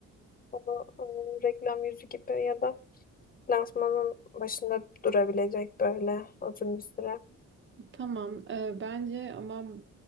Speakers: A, on the left; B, on the right.
A: onu eee, reklam yüzü gibi ya da lansmanın başında durabilecek böyle uzun bir süre.
B: Tamam, e, bence ama